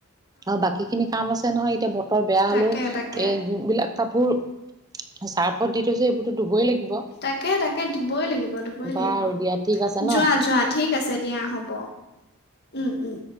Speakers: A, on the right; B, on the left.
A: অ বাকী খিনি কাম আছে নহয় এতিয়া ব- বেয়া
B: তাকে,
A: হলেও
B: তাকে।
A: এ যোনবিলাক কাপোৰ চাৰ্ফত দি থৈছে এইবোৰতো ধুবই লাগিব
B: তাকে তাকে ধু- ধুবই লাগিব ধুবই লাগিব
A: বাৰু দিয়া ঠিক আছে ন
B: যোৱা যোৱা ঠিক আছে দিয়া হ'ব। উম উম